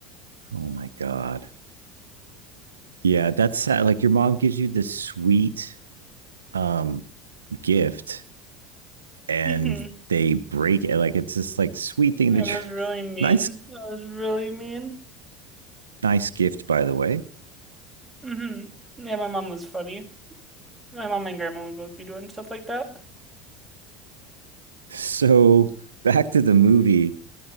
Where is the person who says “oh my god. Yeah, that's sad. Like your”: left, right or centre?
Right